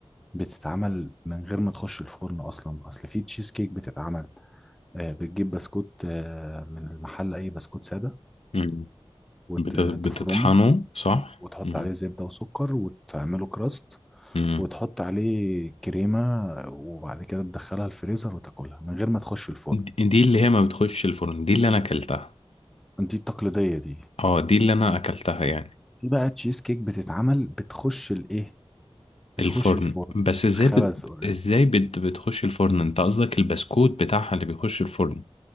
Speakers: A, in the centre; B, on the left (about 70°).
A: بتتعمل من غير ما تخش الفرن اصلا اصل في تشيز كيك بتتعمل آه، بتجيب بسكوت آه، من المحل اي بسكوت سادة
B: مم.
A: وتفرمه
B: بت- بتطحنه صح؟
A: وتحط
B: مم.
A: عليه زبدة وسكر وتعمله كراست
B: مم.
A: وتحط عليه كريمة وبعد كده تدخلها الفريزر وتاكلها من غير ما تخش الفرن
B: دي دي اللي هي ما بتخش الفرن دي اللي أنا أكلتها
A: دي التقليدية دي
B: اه دي اللي أنا أكلتها يعني
A: في بقى تشيز كيك بتتعمل بتخش الايه بتخش
B: الفرن
A: الفرن
B: بس
A: تتخبز
B: ازاي بت...
A: اوريدي
B: ازاي بت... بتخش الفرن انت قصدك البسكوت بتاعها اللي بيخش الفرن